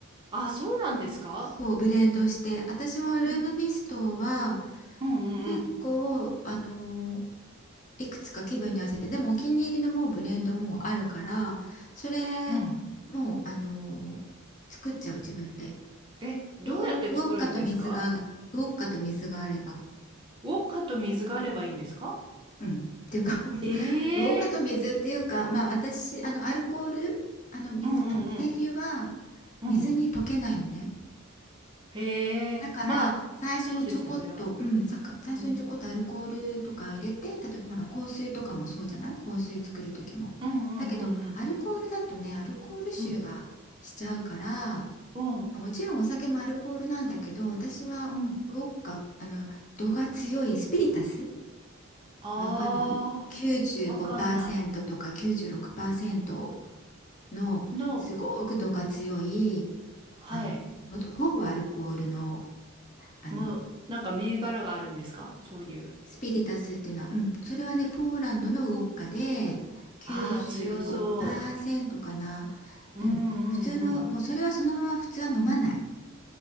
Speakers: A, on the right; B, on the left.
A: あ、そうなんですか
B: そう、ブレンドして。私もルームミストは
A: んうんうん
B: 結構、あのーいくつか気分に合わせて、でもお気に入りのもうブレンドもうあるから、それ、
A: うん。うん。
B: もう、あのー作っちゃう、自分で。
A: え、どうやって作るんですか
B: う、ウォッカと水が、ウォッカと水があれば。
A: ウォッカと水があればいいんですか
B: うん。っていうかも
A: へえ。
B: う、<laughs> ウォッカと水っていうか、まあ私、あの、アルコール、あの、水、
A: うんうん
B: あの、精油は
A: うん。
B: 水に溶けないのね。
A: うん。へえ。
B: だから最初にちょこっと、
A: まあ、そうですよね、油。
B: うん、さか最初にちょこっとアルコールとかを入れて例えばほら香水とかもそうじゃない香水作る時も。
A: うん。うんうんうんうん。
B: だけどアルコールだとねアルコール臭がしちゃうからま
A: うん。うん。
B: あもちろんお酒もアルコールなんだけど私はウォッカあの度が強いスピリタス
A: うん。ああ、
B: わかる ?95%
A: わかんない。
B: とか96%のすごく度が強い
A: No. はい。
B: あのほとほぼアルコールの、あの
A: もう、なんか銘柄があるんですかそういう。
B: スピリタスっていうのは、うん、それはね、ポーランドのウォッカで95%
A: ああ、強そ
B: かな。
A: う。
B: うん、
A: うんうんうん。
B: 普通の、もうそれはそのまま普通は飲まない。